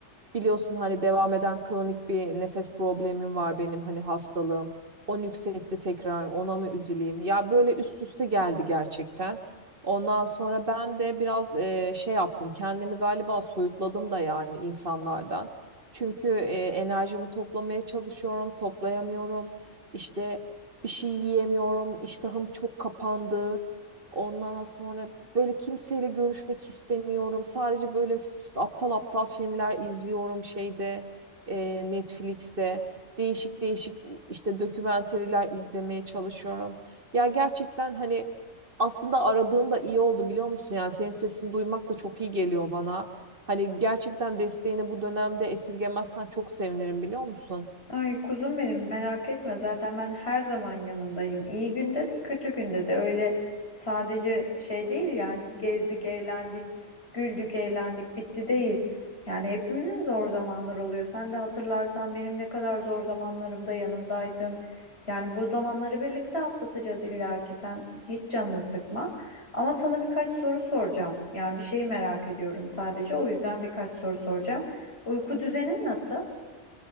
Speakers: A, on the right; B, on the left.
A: Biliyorsun hani devam eden kronik bir nefes problemim var benim hani hastalığım. O nüksetti tekrar ona mı üzüleyim? Ya böyle üst üste geldi gerçekten. Ondan sonra ben de biraz e, şey yaptım. Kendimi galiba soyutladım da yani insanlardan. Çünkü e, enerjimi toplamaya çalışıyorum, toplayamıyorum. İşte bir şey yiyemiyorum, iştahım çok kapandı. Ondan sonra Böyle kimseyle görüşmek istemiyorum. Sadece böyle f- aptal aptal filmler izliyorum şeyde e, Netflix'te. Değişik değişik işte dokümenteriler izlemeye çalışıyorum. Ya gerçekten hani aslında aradığın da iyi oldu biliyor musun? Yani senin sesini duymak da çok iyi geliyor bana. Hani gerçekten desteğini bu dönemde esirgemezsen çok sevinirim biliyor musun?
B: Ay kuzum benim merak etme zaten ben her zaman yanındayım. İyi günde de kötü günde de öyle sadece şey değil yani gezdik eğlendik güldük eğlendik bitti değil. Yani hepimizin zor zamanları oluyor. Sen de hatırlarsan benim ne kadar zor zamanlarımda yanımdaydın. Yani bu zamanları birlikte atlatacağız illa ki sen hiç canını sıkma. Ama sana birkaç soru soracağım. Yani bir şeyi merak ediyorum sadece o yüzden birkaç soru soracağım. Uyku düzenin nasıl?